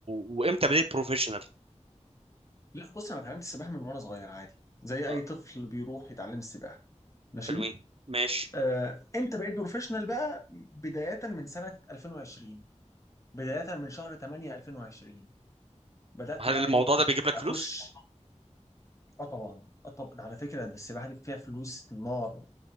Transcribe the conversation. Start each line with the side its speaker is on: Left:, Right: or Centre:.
Right: وامتى بديت بروفيشنال
Left: لا بص انا اتعلمت السباحه من وانا صغير عادي زي
Right: اه
Left: اي طفل بيروح يتعلم السباحه ماشي
Right: حلوين ماشي
Left: آه، انت بقيت بروفيشنال بقى بداية من سنة 2020 بداية من شهر 8 2020 بدأت
Right: طب هل
Left: بقى
Right: الموضوع
Left: ايه
Right: ده بيجيب لك
Left: اخش
Right: فلوس
Left: اه طبعا اه طبعا على فكرة ده السباحة دي فيها فلوس نار